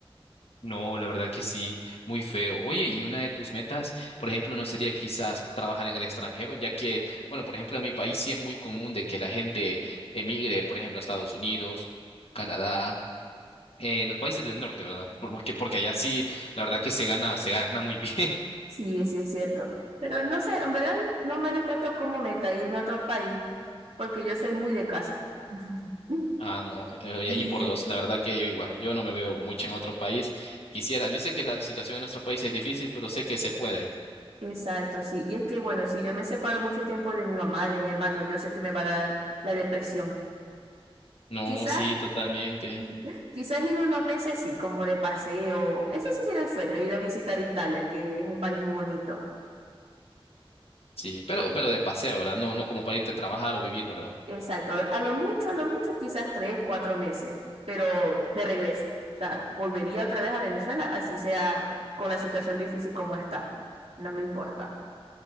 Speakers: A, on the left; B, on the right.
A: No, la verdad que sí, muy feo. Oye, y una de tus metas, por ejemplo, no sería quizás trabajar en el extranjero, ya que, bueno, por ejemplo, en mi país sí es muy común de que la gente emigre, por ejemplo, a Estados Unidos, Canadá, eh, los países del norte, ¿verdad? Por- Porque, porque allá sí, la verdad que se gana, se gana muy bien. <laughs>
B: Sí, sí es cierto. Pero no sé, en verdad me- no me lo he puesto como meta irme a otro país, porque yo soy muy de casa. <clears throat> <laughs>
A: Ah, no, eh, y
B: Y
A: allí por dos, la verdad que yo igual, yo no me veo mucho en otro país. Quisiera, yo sé que la situación en nuestros países es difícil, pero sé que se puede.
B: Exacto, sí. Y es que, bueno, si yo me separo mucho tiempo de mi mamá, de mi hermano, yo sé que me va a dar la depresión.
A: No,
B: Quizás,
A: sí, totalmente.
B: <laughs> quizás en unos meses sí, como de paseo. Ese sí sería el sueño, ir a visitar Italia, que es un país muy bonito.
A: Sí, pero, pero de paseo, ¿verdad? No, no como para irte a trabajar o vivir, ¿verdad?
B: Exacto. A lo mucho, a lo mucho, quizás tres, cuatro meses, pero de regreso. O sea, volvería otra vez a Venezuela, así sea con la situación difícil como está. No me importa.